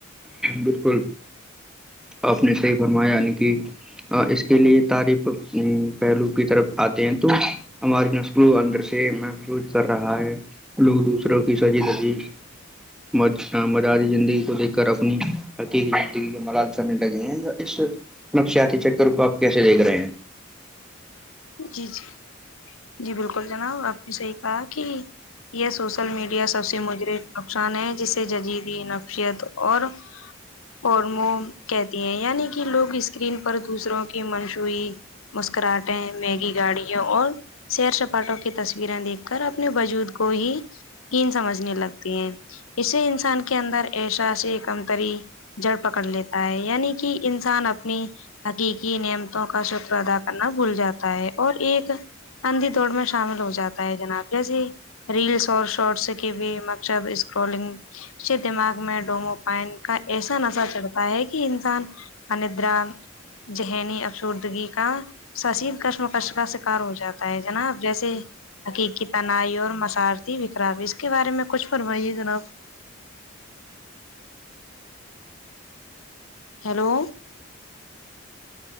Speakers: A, in the centre; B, on the left.
A: بالکل آپ نے صحی فرمایا یعنی کہ اس کے لیے تعریف پہلو کی طرف آتے ہیں تو ہماری نسلوں اندر سے محفوظ کر رہا ہے لوگ دوسروں کی سجی سجی مز آتی زندگی کو دیکھ کر اپنی حقیقی زندگی کے مرال کرنے لگے ہیں یا اس اپ نفسیاتی چکر کو آپ کیسے دیکھ رہے ہیں
B: جی جی جی بالکل جناب آپ نے صحی کہا کہ یہ سوشل میڈیا سب سے مجر نقصان ہے جسے ججیدی نفیت اور فارمو کہتی ہیں یعنی کہ لوگ اسکرین پر دوسروں کی منشوعی مسکراہٹے میگی گاڑیوں اور سیر سپاٹوں کی تصویریں دیکھ کر اپنے وجود کو ہی ہیین سمجھنے لگتی ہیں اسے انسان کے اندر ایشا سے ایکمتری جڑ پکڑ لیتا ہے یعنی کہ انسان اپنی حقیقی نیمتوں کا سوتر ادا کرنا بھول جاتا ہے اور ایک اندندھی دوڑ میں شامل ہو جاتا ہے جناب جیسے ہی ریلس اور شارٹس کی بھی مقصد اسکرولنگ دماغ میں ڈوموپائن کا ایسا نشہ چڑھتا ہے کہ انسان اندرا ذہنی افسردگی کا سسی کشمکش کا شکار ہو جاتا ہے جناب جیسے حقیقی تنائی اور مسارتی وکرا بھی اس کے بارے میں کچھ فرمائیے جناب ہیلو